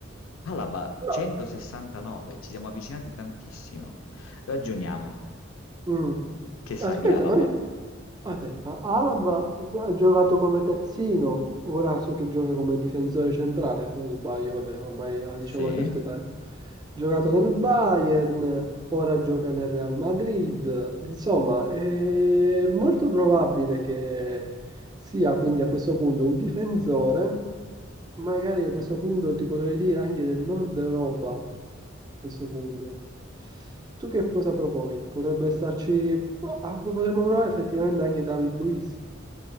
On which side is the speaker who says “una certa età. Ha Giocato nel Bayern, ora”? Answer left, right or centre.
Right